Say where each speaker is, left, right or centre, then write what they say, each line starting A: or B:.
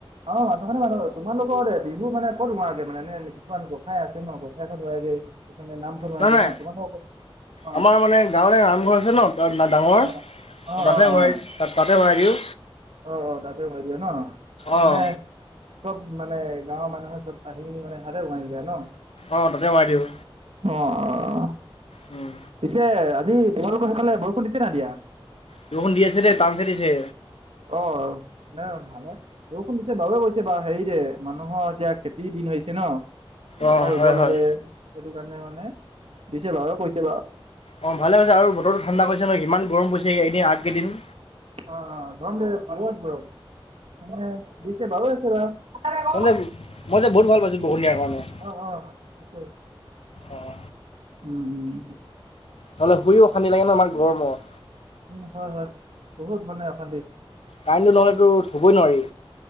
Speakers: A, on the right (about 80°); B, on the left (about 90°).
A: আমাৰ মাজৰ খনে পাতো, তোমালোকৰ বিহু মানে ক'ত ওৰোৱাগে মানে এনে কিছুমান গোসাঁই আছে ন গোসাঁই ঘৰত ওৰোআগে। তেচে নামপুৰ মাইতি
B: নাই নাই
A: ন তোম অ <unintelligible>
B: আমাৰ মানে গাঁৱতে নামঘৰ আছে ন, তাত ডাঙৰ
A: অ অ
B: তাতে
A: অ অ
B: শৰাই তাতে শৰাই দিওঁ।
A: অ অ, তাতে ভাই দিয় ন
B: অঁ
A: মানে, চব মানে গাঁৱৰ মানুহে চব আহি মিনি মানে হাৰে ওমাই যায় ন।
B: অ'তাতে সোমাই দিওঁ।
A: অঁ।
B: উম।
A: পিছে আজি তোমালোকৰ সেইফালে বৰষুণ দিছে নাই দিয়া?
B: বৰষুণ দি আছে দেই টানছে দিছে।
A: অ' নাই ভাল। বৰষুণ দিছে বাৰুৱে কৰিছে বা হেৰি যে মানুহৰ এতিয়া খেতিৰ দিন হৈছে ন। পথাৰ
B: অঁ
A: ৰুব
B: হয়
A: লাগে
B: হয়
A: সেইটো কাৰণে মানে দিছে বাৰু কৈছে বাৰু।
B: অ ভালেহৈছে আৰু বতৰটো ঠাণ্ডা কৰিছে নয় ইমান গৰম পৰিছে এই কেইদিন আগকেইদিন।
A: অ গৰম দে ভাল বাৰ মানে দিছে বাৰু হৈছে বাৰু
B: ক'ত যাবি? মই যে বহুত ভাল পাইছোঁ বৰষুণ দিয়াৰ কাৰণে।
A: অ অ থিকেই
B: অঁ
A: উম উ
B: নহ'লে শুইও অখানতি লাগে ন ইমান গৰমত।
A: উম, হয় হয় বহুত মানে অশান্তি।
B: কাৰেণ্টটো নহ'লেতো শুবই নোৱাৰি।